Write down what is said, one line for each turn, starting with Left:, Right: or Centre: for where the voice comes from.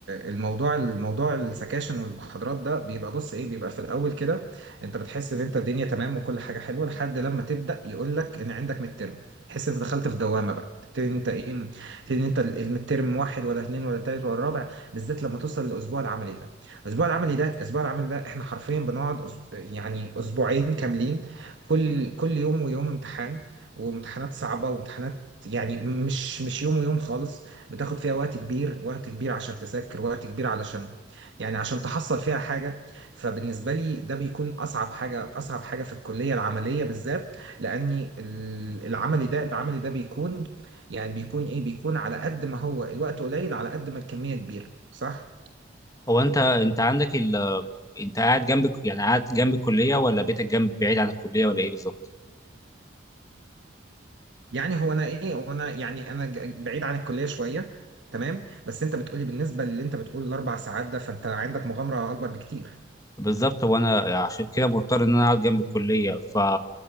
Right: الموضوع الموضوع السكاشن والمحاضرات ده بيبقى بص ايه بيبقى في الاول كده انت بتحس ان انت الدنيا تمام وكل حاجه حلوه لحد لما تبدا يقول لك ان عندك ميد ترم تحس انت دخلت في دوامه بقى تبتدي انت ايه تبتدي ان انت الميد ترم واحد ولا اثنين ولا ثالث ولا رابع بالذات لما توصل للاسبوع العملي ده الاسبوع العملي ده الاسبوع العملي ده احنا حرفيا بنقعد أسب- يعني اسبوعين كاملين كل كل يوم ويوم امتحان وامتحانات صعبة وامتحانات يعني مش مش يوم ويوم خالص بتاخد فيها وقت كبير وقت كبير عشان تذاكر وقت كبير علشان يعني عشان تحصل فيها حاجة فبالنسبة لي ده بيكون أصعب حاجة أصعب حاجة في الكلية العملية بالذات لأني ال- العملي ده العملي ده بيكون يعني بيكون إيه بيكون على قد ما هو الوقت قليل على قد ما الكمية كبيرة صح؟
Left: هو انت انت عندك ال انت قاعد جنب يعني قاعد جنب الكليه ولا بيتك جنب بعيد عن الكليه ولا ايه بالظبط
Right: يعني هو انا ايه وانا يعني انا ج- بعيد عن الكليه شويه تمام بس انت بتقولي بالنسبه للي انت بتقول الاربع ساعات ده فانت عندك مغامره اكبر بكتير
Left: بالظبط وانا عشان كده مضطر ان انا اقعد جنب الكليه ف